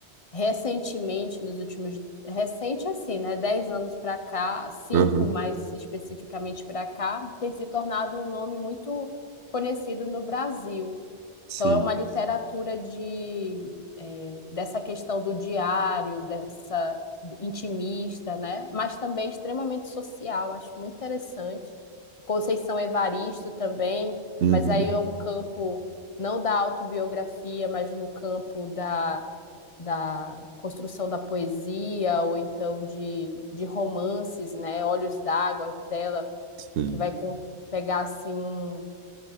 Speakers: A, on the left; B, on the right.
A: recentemente, nos últimos, recente assim, né? Dez anos para cá, cinco
B: aham,
A: mais especificamente para cá, tem se tornado um nome muito conhecido no Brasil.
B: sim.
A: Então, é uma literatura de, eh, dessa questão do diário, dessa intimista, né? Mas também extremamente social, acho muito interessante. Conceição Evaristo também,
B: Uhum.
A: mas aí é um campo não da autobiografia, mas no campo da, da construção da poesia, ou então de, de romances, né? Olhos d'Água dela,
B: Sim,
A: que vai com- pegar assim um